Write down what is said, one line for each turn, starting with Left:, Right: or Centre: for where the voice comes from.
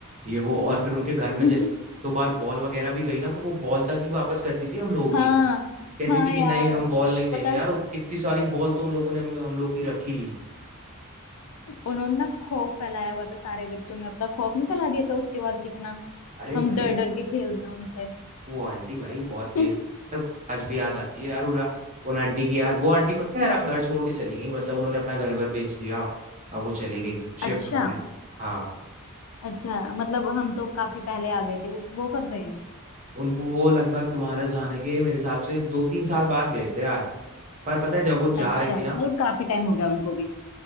Right: ये वो और फिर उनके घर में
Left: <laughs>
Right: जैसे दो बार बॉल वगैरह भी गई ना तो वो बॉल तक नहीं वापस करती थी हम लोगों
Left: हाँ
Right: की कहती
Left: हाँ
Right: थी कि
Left: यार
Right: नहीं हम बॉल नहीं देंगे
Left: पता है,
Right: यार और कितनी सारी बॉल तो उन लोगों ने हम, हम लोग की रखी ली
Left: उन्होंने ना खौफ फैलाया हुआ था सारे बच्चों में अपना खौफ नहीं फैला दिया था उसके बाद कितना
Right: अरे
Left: हम
Right: भाई
Left: डर डर के खेल रहे हैं उनसे
Right: वो आंटी भाई बहुत तेज
Left: <laughs> हम्म
Right: यार, आज भी याद आती है यार उन उन आंटी की यार वो आंटी पता है यार आप घर छोड़ के चली गई मतलब उन्होंने अपना घर वर बेच दिया अब वो चली गई शिफ्ट
Left: अच्छा
Right: हो गई हाँ
Left: अच्छा मतलब हम तो काफी पहले आ गए थे वो वो कब गए
Right: उनको वो लगभग तुम्हारे जाने के मेरे हिसाब से दो तीन साल बाद गए थे यार पर पता है जब वो
Left: अच्छा
Right: जा रही थी
Left: मतलब
Right: ना
Left: काफी टाइम हो गया उनको भी